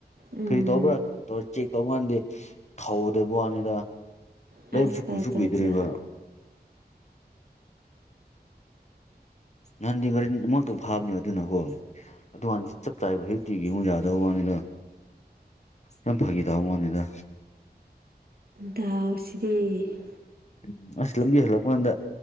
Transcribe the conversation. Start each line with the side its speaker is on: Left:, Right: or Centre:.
Right: ꯎꯝ
Left: ꯀꯔꯤ ꯇꯧꯕ꯭ꯔꯥ ꯇꯧ ꯆꯦꯛ ꯇꯧ ꯀꯥꯟꯗ ꯊꯧꯗꯕ ꯋꯥꯅꯤꯗ ꯂꯩꯕꯁꯨ
Right: ꯑꯠꯆꯥ
Left: ꯀꯨꯏꯁꯨ
Right: ꯑꯠꯆꯥ
Left: ꯀꯨꯏꯗ꯭ꯔꯤꯕ
Right: ꯑꯠꯆꯥ
Left: ꯅꯍꯥꯟꯗꯤ ꯉꯥꯔꯤꯟ ꯑꯃꯛꯇꯪ ꯐꯥꯕꯅꯦ ꯑꯗꯨꯅꯀꯣ ꯑꯗꯨꯀꯥꯟꯗꯤ ꯆꯞ ꯆꯥꯌꯦꯕ ꯍꯧꯖꯤꯛꯇꯤꯒꯤꯉꯨ ꯌꯥꯗꯕ ꯋꯥꯅꯤꯗ ꯌꯥꯝ ꯐꯥꯒꯤ ꯇꯥꯕ ꯋꯥꯅꯤꯗ
Right: ꯗꯥꯎꯁꯤꯗꯤ
Left: ꯎꯝ ꯑꯁ ꯂꯝꯕꯤ ꯍꯜꯂꯛꯄ ꯀꯥꯟꯗ